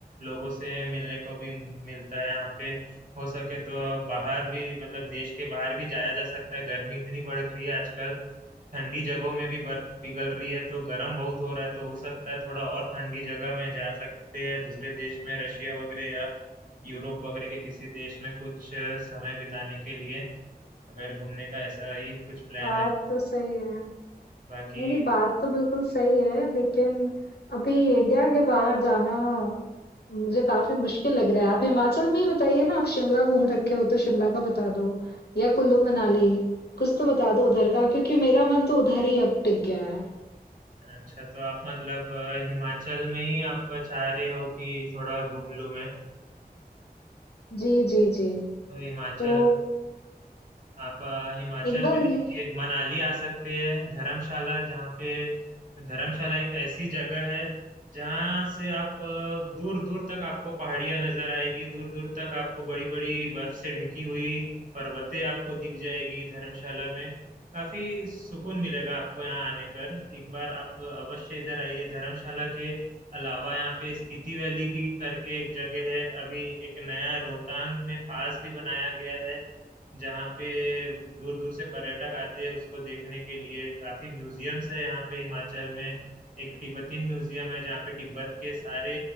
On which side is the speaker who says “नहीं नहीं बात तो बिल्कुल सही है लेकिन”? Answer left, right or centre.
Left